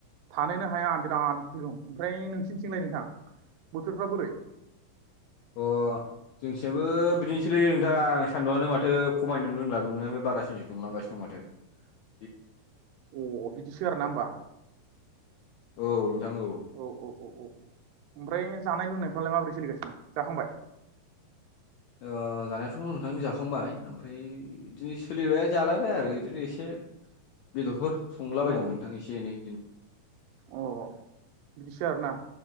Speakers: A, on the right; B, on the left.
A: थानोनो हाया बिराद गुदुं ओमफ्राय नोंसिनिथिंलाय नोंथां बोथोरफ्रा बोरै
B: अ जोंनिसायबो बिदिनोसैलै नोंथां सान्दुंआनो माथो खमायनो रोंला दुंनायनिफ्राय बारासिनसो दुंलांगासिनो दं माथो <inaudible>
A: अ बिदिसो आरो ना होमबा
B: औ नोंथां औ
A: औ औ औ औ ओमफ्राय जानाय लोंनायफ्रालाय माबोरै सोलिगासिनो जाखांबाय?
B: ओ जानायाथ' नोंथां जाखांबाय ओमफ्राय इदिनो सोलिबाय जालांबाय आरो इदिनो एसे बेदरफोर संला
A: अ
B: बायदोंमोन नोंथां एसे एनै बिदिनो
A: अ बिदिसो आरोना